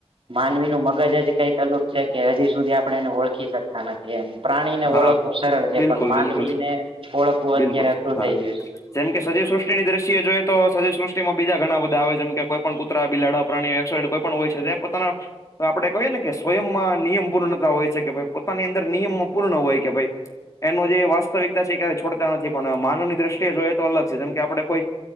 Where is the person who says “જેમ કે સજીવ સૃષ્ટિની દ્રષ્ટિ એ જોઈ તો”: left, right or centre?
Left